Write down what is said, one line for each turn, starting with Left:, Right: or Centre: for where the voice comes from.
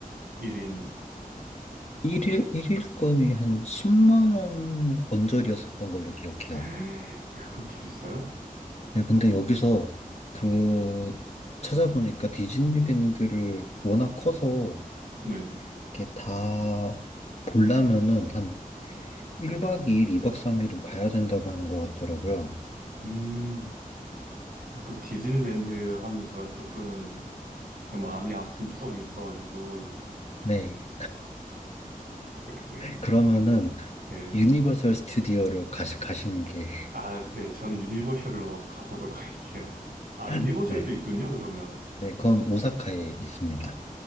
Right: 1인
Left: 일일일일건이한 10만 원 언저리였었던 걸로 기억해요.
Right: <gasps> <laughs> 그렇게 비싸요?
Left: 예, 근데 여기서 그 찾아보니까 디즈니랜드를 워낙 커서
Right: 네.
Left: 이렇게 다 보려면은 한 1박 2일, 2박 3일은 봐야 된다고 하는 것 같더라고요.
Right: 음, 아, 또 디즈니랜드 하면 제가 조금 좀 마음이 아픈 추억이 있어가지고
Left: 네.
Right: <laughs>
Left: 그러면은
Right: 네.
Left: 유니버설 스튜디오로 가시, 가시는 게,
Right: 아, 네. 저는 유니버셜로 가보도록 할게요. 아, 유니버셜도
Left: <laughs> 네.
Right: 있군요. 그러면
Left: 네, 그건 오사카에 있습니다.